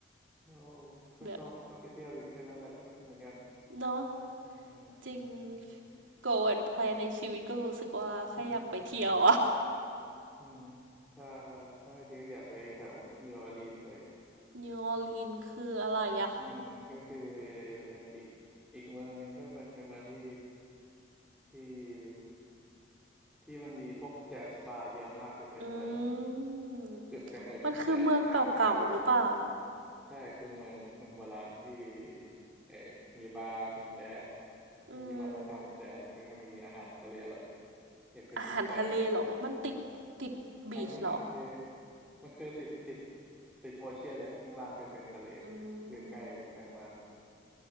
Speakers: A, in the centre; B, on the right.
A: ก็ก็ชอบชอบไปเที่ยวอยู่แค่นั้นแหละก็เหมือนกัน
B: แบบเนาะ
A: อืมอืม
B: จริง go and plan ในชีวิตก็รู้สึกว่าแค่อยากไปเที่ยวอะ
A: อืมอืมอืมถ้าถ้าให้เดียวอยากไปแถวนิวออร์ลีนด้วย
B: <laughs> นิวออร์ลีนคืออะไรอะ
A: อืมก็คือเป็นอีกอีกเมืองหนึ่งก็เป็นเป็นเมืองที่ที่ที่มันมีพวกแจ๊สบาร์เยอะมากคือเป็นเมือง
B: อืม
A: จุดกำเนิดของแจ๊สอะก็คืออยากไปดู
B: มันคือเมืองเก่าๆหรือเปล่า
A: ใช่คือเมืองเมืองโบราณที่เออมีบาร์มีแจ๊ส
B: อืม
A: มีวัฒนธรรมแจ๊สแล้วก็มีอาหารทะเลอร่อยอยากไปกินไก่
B: อาหารทะเลเหรอมันติดติดบีชเหรอ
A: ทั้งอาหารทะเลมันคือติดติดติดโอเชียนเลยข้างล่างคือเป็นทะเล
B: อื
A: คือใกล้ใกล้มาก
B: ม